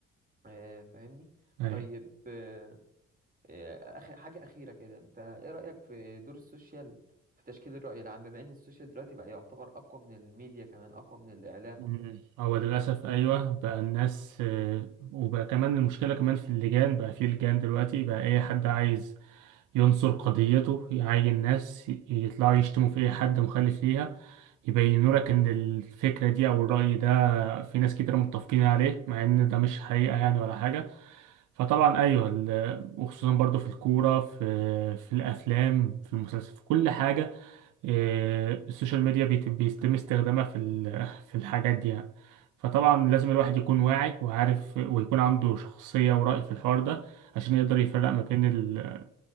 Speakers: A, on the right; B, on the right.
A: آه، فاهمني
B: أيوه
A: طيب آه، إيه، آخر حاجة أخيرة كده أنت إيه رأيك في دور السوشيال في تشكيل الرأي العام بما إن السوشيال دلوقتي بقى يعتبر أقوى من الميديا كمان أقوى من الإعلام
B: مم.
A: وكده
B: هو ده للأسف أيوة بقى الناس آه، وبقى كمان المشكلة كمان في اللجان بقى في لجان دلوقتي بقى أي حد عايز ينصر قضيته يعين ناس ي- يطلعوا يشتموا في أي حد مخالف ليها يبينوا لك إن الفكرة دي أو الرأي ده في ناس كتير متفقين عليه مع إن ده مش حقيقة يعني ولا حاجة فطبعا أيوة ال- وخصوصا برضو في الكورة في في الأفلام في المسلسل في كل حاجة إيه، السوشيال ميديا بيت- بيتم استخدامها في ال- في الحاجات دي يعني فطبعا لازم الواحد يكون واعي وعارف ويكون عنده شخصية ورأي في الحوار ده عشان يقدر يفرق ما بين ال-